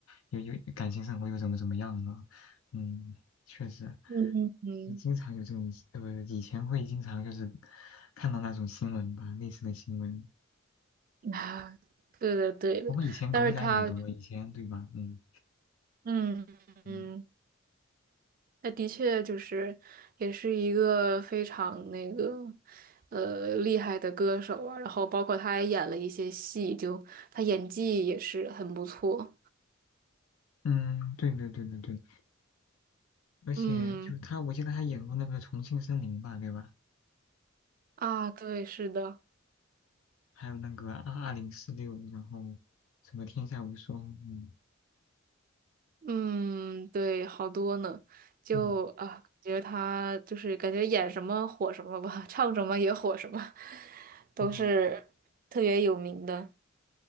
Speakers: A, on the left; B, on the right.
A: 又又感情生活又怎么怎么样了。嗯，确实，
B: 嗯嗯，
A: 就经常有这种呃，以前会经常就是看到那种新闻吧，类似的新闻。
B: 嗯啊，<laughs> 对的对的，
A: 不过以前狗仔也多，
B: 但是他，
A: 以前对吧？嗯
B: 嗯嗯，
A: 嗯
B: 他的确就是也是一个非常那个呃厉害的歌手啊，然后包括他还演了一些戏，就他演技也是很不错。
A: 嗯，对对对对对，而且就他，
B: 嗯
A: 我记得他演过那个《重庆森林》吧，对吧？
B: 啊，对，是的。
A: 还有那个二二零四六，然后什么《天下无双》，嗯
B: 嗯，对，好多呢，就啊，
A: 嗯。
B: 感觉得他就是感觉演什么火什么吧，唱什么也火什么，都是特别有名的。
A: 哦，